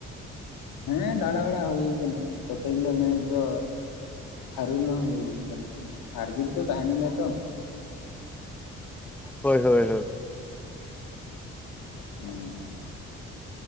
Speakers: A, on the left (about 75°); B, in the centre.
A: ᱦᱮᱸ ᱫᱟᱬᱟ ᱵᱟᱲᱟ ᱦᱩᱭ ᱠᱟᱱᱟ ᱠᱚᱛᱮ ᱜᱮᱞᱟ ᱢᱮᱪ ᱫᱚ ᱦᱟᱹᱨᱩᱞ ᱦᱚᱸ ᱦᱩᱭ ᱟᱠᱟᱱᱟ ᱦᱟᱨᱡᱤᱛ ᱫᱚ ᱛᱟᱦᱮᱱ ᱜᱮᱭᱟ ᱛᱚ ᱾
B: ᱦᱳᱭ ᱦᱳᱭ ᱦᱳᱭ ᱾
A: <unintelligible>